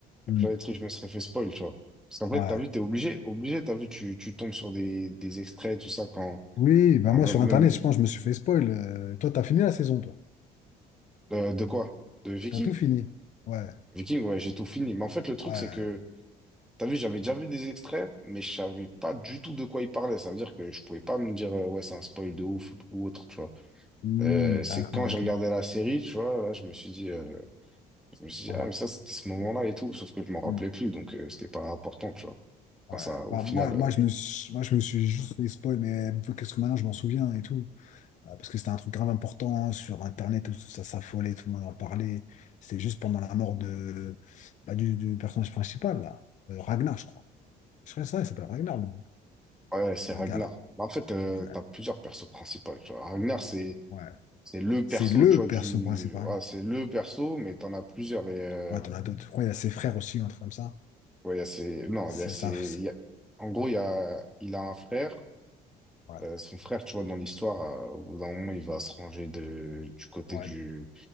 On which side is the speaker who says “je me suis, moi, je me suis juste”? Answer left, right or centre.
Left